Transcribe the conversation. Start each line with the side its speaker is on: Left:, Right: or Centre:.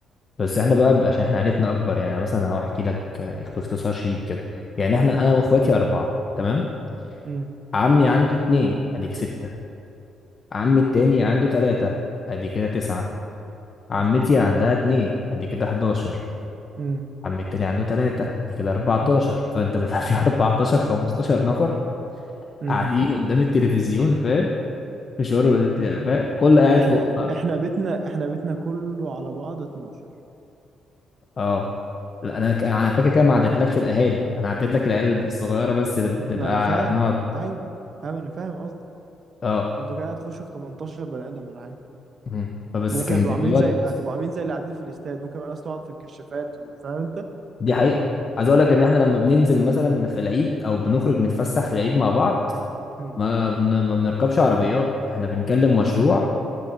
Left: بس احنا بقى عشان احنا عائلتنا اكبر يعني مثلا هحكي لك آه، باختصار شديد كده يعني احنا انا واخواتي اربعة تمام
Right: امم
Left: عمي عنده اتنين اديك ستة عمي التاني عنده تلاتة ادي كده تسعة عمتي
Right: ما شاء الله
Left: عندها اتنين ادي كده 11
Right: امم
Left: عم التاني عنده تلاتة يعني كده 14
Right: امم
Left: فانت بيبقى في
Right: امم
Left: 14 15 نفر
Right: امم
Left: قاعدين قدام التلفزيون فاهم مشوار والت- فاهم كله قاعد
Right: إحنا
Left: فوق بقى
Right: إحنا بيتنا إحنا بيتنا كله على بعض 12
Left: اه لا انا ك- انا فاكر كده ما عدتلكش الاهالي انا عديت لك العيال الصغيره بس اللي بنبقى
Right: ما ما أنا فاهم
Left: بنقعد
Right: أيوه أيوه أنا فاهم قصدك
Left: اه
Right: أنتوا كده هتخشوا في 18 بني آدم ولا حاجة
Left: مهم. فبس
Right: ممكن
Left: كان
Right: هتبقى
Left: بيبقى
Right: عاملين
Left: وقت
Right: زي هتبقى عاملين زي اللي قاعدين في الاستاد ممكن بقى ناس تقعد في الكشافات و... فاهم انت
Left: دي حقيقه عايز اقول لك ان احنا لما بننزل مثلا في العيد او بنخرج نتفسح في العيد مع بعض
Right: مم.
Left: ما بن... ما بنركبش عربيات احنا بنكلم مشروع